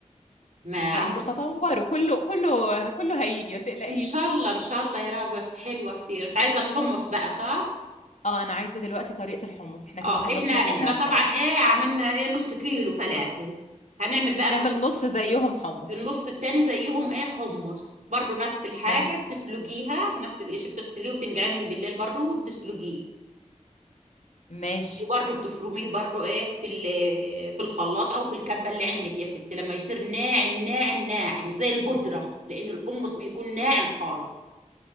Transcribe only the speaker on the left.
لا
هتتطور وكله كله كله هيجي ما تقلقيش
اه انا عايزه دلوقتي طريقه الحمص احنا
كده خلصنا
الفلافل
نعمل
نص زيهم حمص
ماشي
ماشي